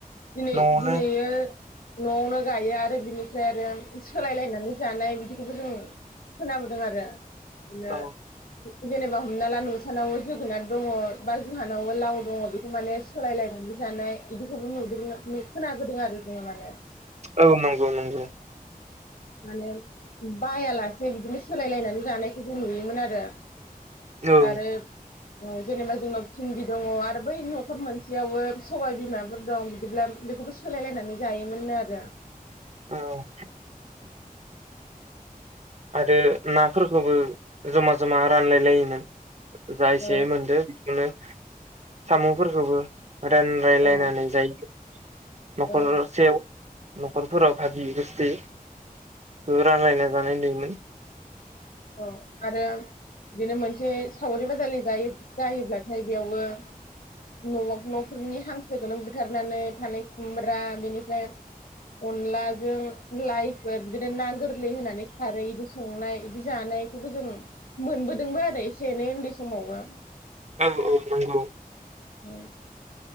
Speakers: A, on the left (about 70°); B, on the right (about 45°).
A: दिनै
B: न'आवनो
A: दिनैयो नआवनो गायो आरो बिनिफ्राय आरो सोलायलायनानै जानाय बिदिखौबो जों खोनाबोदों आरो बिदिनो
B: औ
A: जेनेबा हमना ला नोंसानाव जोगोनार दङ बा जोंहानावबो लाव दङ बेखौ माने सोलायलायनानै जानाय इदिखौबो नुदों खोनाबोदों आरो जोङो माने
B: औ नंगौ नंगौ
A: माने बायालासि जे बिदिनो सोलायलायनानै जानायखौ जों नुयोमोन आरो
B: औ
A: आरो जेनेबा जोंनाव भिनदि दङ आरो बै नखर मोनसेयावबो सबाय बिमाफोर दं बिदिब्ला बेखौबो सोलायलायनानै जायोमोननो आरो
B: औ आरो नाफोरखौबो जमा जमा रानलाय लायोमोन जायसेयै
A: औ
B: मोनदो नो सामफोरखौबो रान लायनानै
A: औ
B: जायो नखर
A: औ
B: सेयाव नखरफोराव भागि गुस्थै ओ रानलायना जानाय नुयो मोन
A: औ आरो बिदिनो मोनसे सावरि बादालि जायो जायोब्लाथाय बेयावबो न नफोरनि हांसोखौनो बुथारनानै थानाय खुमब्रा बेनिफ्राय अनलाजों लाइफोर बिदिनो ना गोरलै होनानै खारै इदि संनाय बिदि जानायखौबो जों मोनबोदोंबो आरो एसे एनै उन्दै समावबो
B: औ औ नंगौ
A: उम